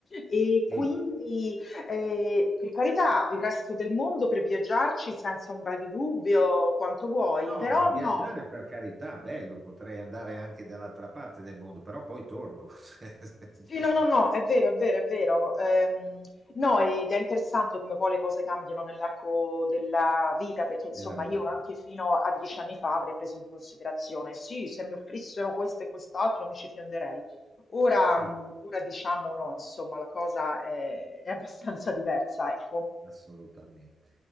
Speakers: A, on the left; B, on the right.
A: E
B: Sì.
A: quindi, eh, per carità, il resto del mondo per viaggiarci senza ombra di dubbio, quanto vuoi,
B: No,
A: però
B: ma viaggiare
A: no.
B: per carità, bello, potrei andare anche dall'altra parte del mondo, però poi torno <laughs>
A: Sì, no, no, no, è vero, è vero, è vero. Ehm, no, ed è interessante come poi le cose cambiano nell'arco della vita, perché insomma
B: della vita.
A: io anche fino a dieci anni fa avrei preso in considerazione, sì, se mi offrissero questo e quest'altro mi ci fionderei. Ora,
B: Sì,
A: mh, ora diciamo no, insomma, la cosa è, è abbastanza diversa, ecco.
B: assolutamente.